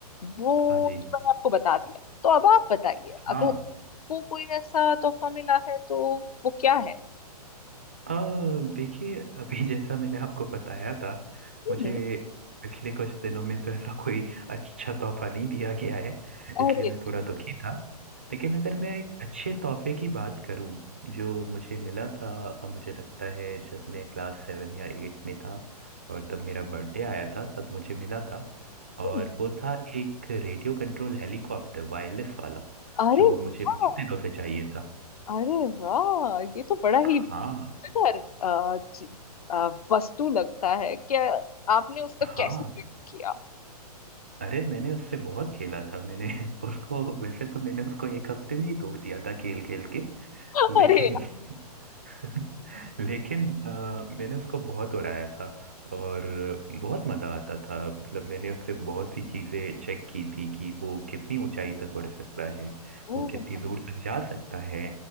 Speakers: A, on the left; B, on the right.
A: वो
B: हाँ जी
A: तो मैंने आपको बता दिया तो अब आप बताइए
B: हाँ
A: अगर आपको कोई ऐसा तोहफा मिला है तो वो क्या है
B: अ, देखिए अभी <laughs> जैसा मैंने आपको बताया था
A: हम्म,
B: मुझे पिछले कुछ दिनों में तो ऐसा कोई अच्छा तोहफा नहीं दिया गया है
A: अरे
B: इसलिए मैं थोड़ा दुखी था लेकिन अगर मैं एक अच्छे तोहफे की बात करूं जो मुझे मिला था अ, मुझे लगता है जब मैं क्लास सेवन या एट में था और तब मेरा बर्थडे आया था तब मुझे मिला था
A: हम्म,
B: और वो था एक रेडियो कंट्रोल हेलीकॉप्टर वायरलेस वाला
A: अरे
B: जो
A: वाह
B: मुझे बहुत दिनों से चाहिए था
A: अरे वाह ये तो बड़ा
B: हाँ
A: ही मजेदार अ, ची- अ, वस्तु लगता है क्या आपने उसका
B: हाँ
A: कैसे प्रयोग किया
B: अरे मैंने उससे बहुत खेला था मैंने <laughs> उसको वैसे तो मैंने उसको एक हफ्ते में ही तोड़ दिया था खेल खेल के
A: <laughs>
B: लेकिन
A: अरे
B: <laughs> लेकिन अ, मैंने उसको बहुत उड़ाया था और बहुत मजा आता था मतलब मैंने उससे बहुत सी चीजें चेक की थी कि वो कितनी ऊंचाई तक उड़ सकता है
A: ओ,
B: वो कितनी दूर तक जा सकता है